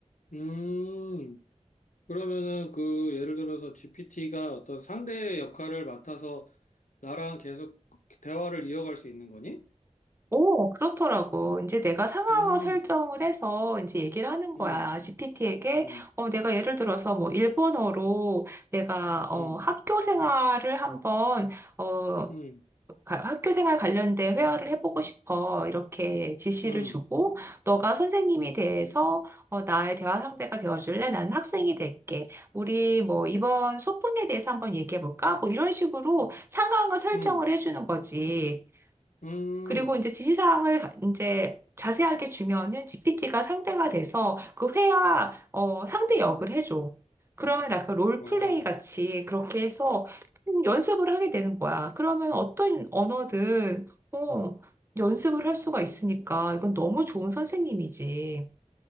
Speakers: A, on the left; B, on the right.
A: 음, 그러면은 그 예를 들어서 GPT가 어떤 상대의 역할을 맡아서 나랑 계속 대화를 이어갈 수 있는 거니?
B: 오, 그렇더라고. 이제 내가 상황을
A: 음,
B: 설정을 해서 이제 얘기를 하는 거야.
A: 음,
B: GPT에게,
A: 음,
B: 어, 내가 예를 들어서 뭐 일본어로 내가, 어,
A: 음,
B: 학교 생활을 한번, 어,
A: 음,
B: 가- 학교 생활 관련된 회화를 해보고 싶어. 이렇게 지시를
A: 음,
B: 주고, 너가 선생님이 돼서, 어, 나의 대화 상대가 되어줄래? 나는 학생이 될게. 우리 뭐 이번 소풍에 대해서 한번 얘기해볼까? 뭐 이런 식으로 상황을 설정을
A: 음,
B: 해주는 거지.
A: 음,
B: 그리고 이제 지시사항을 이제 자세하게 주면은 GPT가 상대가 돼서 그 회화 어, 상대 역을 해줘. 그러면 약간 롤플레이
A: 와,
B: 같이 그렇게 해서 음, 연습을 하게 되는 거야. 그러면 어떤 언어든 어, 연습을 할 수가 있으니까 이건 너무 좋은 선생님이지.